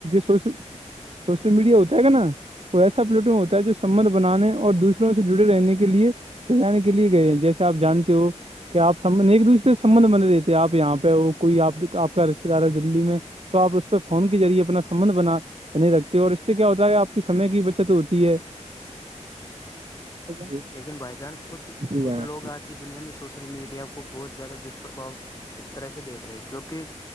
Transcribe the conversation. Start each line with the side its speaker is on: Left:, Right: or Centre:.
Right: سوشل سوشل میڈیا ہوتا ہے گ نا کو ایسا پلیٹو ہوتا ہے جو سمبھ بنانے اور دوسروں سے جڑے رہنے کے لیے جانے کے لیے گئے ہیں جیسے آپ جانتے ہو کہ آپ سب ایک دوسے سے سبندھ بنے رہتے آپ یہاں پہ وہ کوئی آپ آپ کا رشتے دار ہے دللی میں تو آپ اس پہ فون کے ریعے اپنا سمبھ بنا بنے رکھتے ہیں اور اس سے کیا ہوتا ہے آپ کی سمے کی بچت ہوتی ہے جی
Left: لیکن بھائی جان کچھ
Right: جی
Left: کچھ
Right: جناب
Left: لوگ آج کی دنیا میں سوشل میڈیا کو بہت زیادہ دشپربھا کی طرح سے دیکھ رہے ہیں کیونکہ